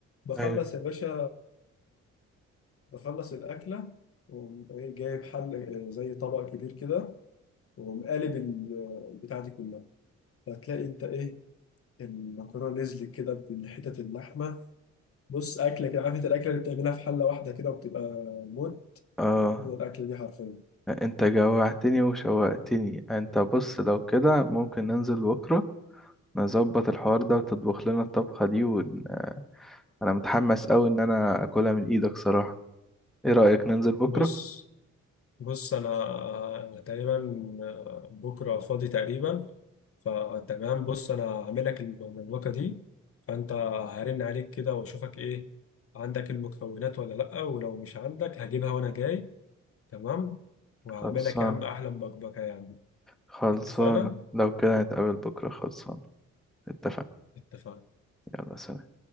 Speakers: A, on the left; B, in the centre.
A: بخلص
B: ايوه
A: يا باشا بخلص الأكلة وأقوم إيه جايب حل إيه زي طبق كبير كده وأقوم قالب ال- بتاع دي كلها هتلاقي أنت إيه المكرونة نزلت كده بحتت اللحمة بص أكلة كده عارف أنت الأكلة اللي بتعملها في حلة واحدة كده وبتبقى موت
B: اه
A: هي الأكلة دي حرفيا
B: انت جوعتني وشوقتني انت بص لو كده ممكن ننزل بكرة نظبط الحوار ده وتطبخ لنا الطبخة دي ون... انا متحمس اوي ان انا اكلها من ايدك صراحة ايه رأيك ننزل بكرة
A: بص بص انا آه، تقريبا آه، بكره فاضي تقريبا فتمام بص انا هعمل لك المبكبكه دي فانت هرن عليك كده واشوفك ايه عندك المكونات ولا لا ولو مش عندك هجيبها وانا جاي تمام وهعمل
B: خلصان
A: لك يا عم احلى مبكبكه يعني
B: خلصان
A: اتفقنا
B: لو كده نتقابل بكرة خلصان اتفقنا
A: اتفقنا
B: يلا سلام